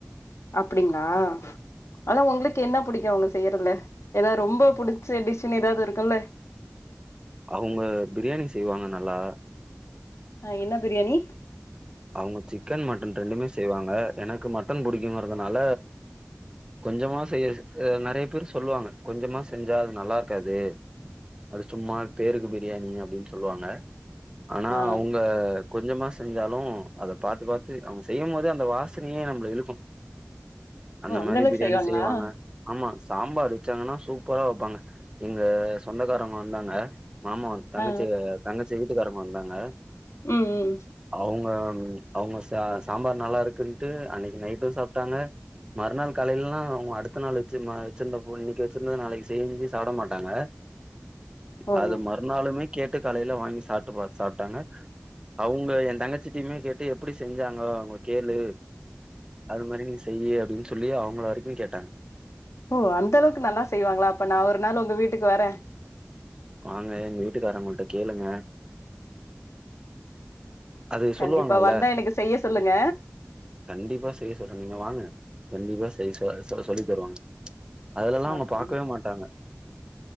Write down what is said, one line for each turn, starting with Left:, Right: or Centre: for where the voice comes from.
Left: அப்டிங்ளா ஆனா ஒங்ளுக் கு என்ன புடிக்கு அவ்ங்க செய்யறதுல ஏனா ரொம்ப புடிச்ச டிஷ்ஷுன்னு எதாவ்து இருக்குல்ல
Right: அவ்ங்க பிரியாணி செய்வாங்க நல்லா
Left: ஆ என்ன பிரியாணி
Right: அவங்க சிக்கன், மட்டன் ரெண்டுமே செய்வாங்க எனக்கு மட்டன் புடிக்குங்கறதுனால கொஞ்சமா செய்ய ஸ் அ நெறைய பேர் சொல்வாங்க கொஞ்சமா செஞ்சா அது நல்லார்க்காது அது சும்மா பேருக்கு பிரியாணி அப்டின் சொல்வாங்க ஆனா
Left: ஆ
Right: அவுங்க கொஞ்சமா செஞ்சாலு அத பாத்து பாத்து அவுங்க செய்யும் போதே அந்த வாசனையே நம்பள இழுக்கு அந்த
Left: ஓ
Right: மாரி
Left: அளவுக்கு
Right: பிரியாணி
Left: செய்வாங்களா
Right: செய்வாங்க
Left: ஆ
Right: ஆமா சாம்பார் வெச்சாங்கனா சூப்பரா வெப்பாங்க எங்க சொந்தக்காரவ்ங்க வந்தாங்க மாமா தங்கச்சி
Left: ஆ
Right: தங்கச்சி வீட்டுக்காரவ்ங்க வந்தாங்க
Left: ம் ம்
Right: அவுங்க ம் அவுங்க சா சாம்பார் நல்லார்க்குன்ட்டு அன்னைக்கு நைட்டு சாப்ட்டாங்க மறுநாள் காலைல்லா அவுங்க அடுத்த நாள் வெச்சி மா வெச்சிருந்தப்போ இன்னிக்கு வெச்சிருந்தத நாளைக்கு செஞ்சி சாப்ட மாட்டாங்க
Left: <inaudible> ஓ
Right: அது
Left: ஓ
Right: ம றுநாளுமே கேட்டு காலைல வாங்கி சாப்ட்டு பாத் சாப்ட்டாங்க அவுங்க எ தங்கச்சி ட்டியுமே கேட்டு எப்டி செஞ்சாங்கோ அவுங்க கேளு அது மாரி நீ செய்யி அப்டின் சொல்லி அவுங்கள வரைக்கு கேட்டாங்க
Left: ஓ அந்தளவுக்கு நல்லா செய்வாங்ளா அப்ப நா ஒரு நாள் உங்க வீட்டுக் வரே
Right: வாங்க எங்க வீட்டுக்காரவ்ங்கள்ட்ட கேளுங்க அது
Left: கண்டிப்பா
Right: சொல்லுவாங்கல்ல
Left: வந்தா எனக்கு செய்ய சொல்லுங்க
Right: கண்டிப்பா செய்ய சொல்ற நீங்க வாங்க கண்டிப்பா செய்ய சொ சோ சொல்லி தருவாங்க அதுலல்லா அவுங்க
Left: அப்டின்னு
Right: பாக்கவே மாட்டாங்க